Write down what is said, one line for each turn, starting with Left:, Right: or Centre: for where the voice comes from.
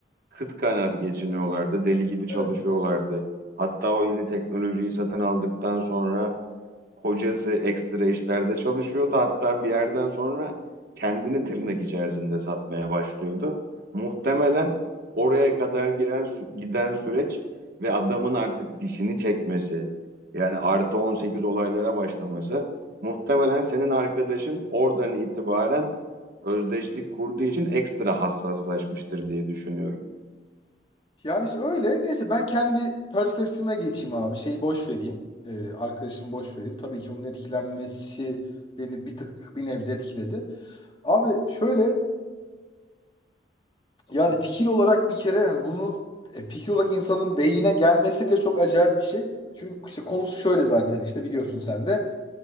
Right: kıt kanaat geçiniyorlardı. Deli gibi çalışıyorlardı.
Left: Evet.
Right: Hatta o yeni teknolojiyi satın aldıktan sonra kocası ekstra işlerde çalışıyordu. Hatta bir yerden sonra kendini tırnak içerisinde satmaya başlıyordu. Muhtemelen oraya kadar giren sü- giden süreç ve adamın artık dişini çekmesi yani artı 18 olaylara başlaması muhtemelen senin arkadaşın oradan itibaren özdeşlik kurduğu için ekstra hassaslaşmıştır diye düşünüyorum.
Left: Yani işte öyle. Neyse ben kendi perspektifime geçeyim abi. Şeyi boş vereyim. E, arkadaşımı boş vereyim. Tabii ki onun etkilenmesi beni bir tık bir nebze etkiledi. Abi şöyle Yani fikir olarak bir kere yani bunu e, fikir olarak insanın beynine gelmesi bile çok acayip bir şey. Çünkü işte konusu şöyle zaten işte biliyorsun sen de.